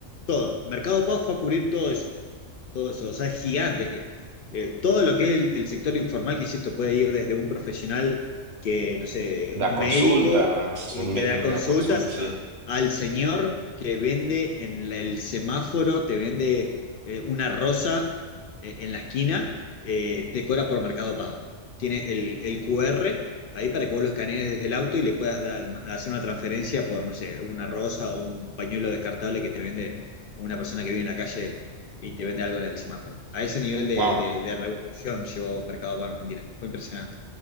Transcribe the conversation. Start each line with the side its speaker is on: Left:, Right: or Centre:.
Left: todo. Mercado Pago fue a cubrir todo eso. Todo eso. O sea, es gigante. eh, todo lo que es el, el sector informal, que insisto, puede ir desde un profesional que, no sé, un
Right: Da
Left: médico
Right: consultas,
Left: eh,
Right: un
Left: que
Right: médico
Left: da consultas,
Right: que da consultas, sí.
Left: a- al señor que vende en la- el semáforo, te vende eh, una rosa eh, en la esquina, eh, te cobra por Mercado Pago. Tiene el, el QR ahí para que vos lo escanees desde el auto y le puedas dar- hacer una transferencia por, no sé, una rosa o un pañuelo descartable que te vende una persona que vive en la calle y te vende algo en el semáforo. A ese nivel de,
Right: Wow,
Left: de- de revolución llegó Mercado Pago en Argentina. Fue impresionante.